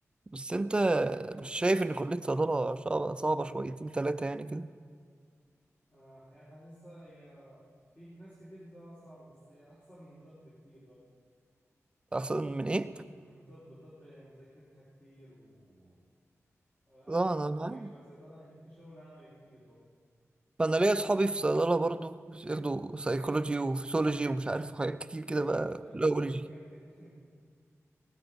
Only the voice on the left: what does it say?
آه، حقيقة حاسسها هي فيك ناس كتير بتقولها صعبة بس هي أحسن من طب كتير برضه
من طب طب هي مذاكرتها كتير و أروح
كتير
شوية صيدلة يعني في شغل عملي كتير برضه
اه
حبيبي
بناخد حاجات كتير <laughs>